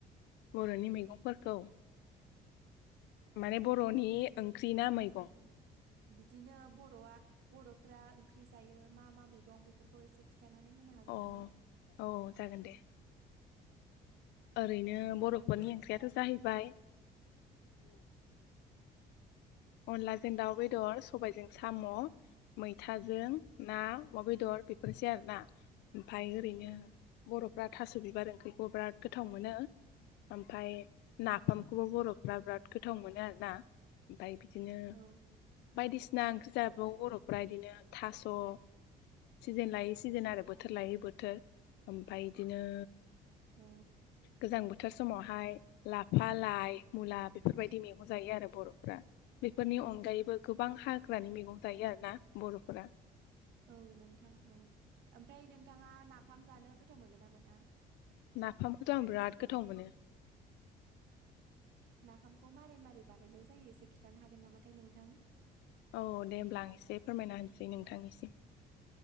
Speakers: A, on the left; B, on the right.
A: बरनि मैगंफोरखौ
B: औ
A: माने बरनि ओंख्रि ना मैगं
B: बिदिनो बरआ बरफ्रा ओंख्रि जायो मा मा मैगं बेफोरखौ एसे खि खिथानानै होनो हागोन
A: अ
B: नामा?
A: औ जागोन दे। ओरैनो बरफोरनि
B: औ
A: ओंख्रियाथ जाहैबाय अनलाजों दाउ बेदर सबायजों साम मैथाजों
B: औ
A: ना अमा बेदर बेफोरसै आरोना ओमफाय ओरैनो
B: औ
A: बरफ्रा थास बिबार ओंख्रिखौ बिराद गोथाव मोनो ओमफाय नाफामखौबो बरफ्रा बिराद गोथाव मोनो आरो ना ओमफाय बिदिनो
B: औ
A: बायदिसिना ओंख्रि जाबो बरफ्रा इदिनो थास सिजोन लायै सिजोन आरो बोथोर लायै बोथोर ओमफाय बिदिनो
B: औ
A: गोजां बोथोर समावहाय लाफा लाइ मुला बेफोरबायदि मैगं जायो आरो बरफ्रा बेफोरनि अनगायैबो गोबां हाग्रानि मैगं जायो आरो ना बरफोरा
B: औ नोंथां औ ओमफ्राय नोंथाङा नाफाम जानो गोथाव मोनगोन ना मोना?
A: नाफामखौथ आं बिराद गोथाव मोनो
B: नाफामखौ मारै मारै बानायायनाय जायो एसे खिथानो हागोन नामाथाय नोंथां?
A: औ दे होमब्ला आं एसे फोरमायना होनोसै नोंथांनिसिम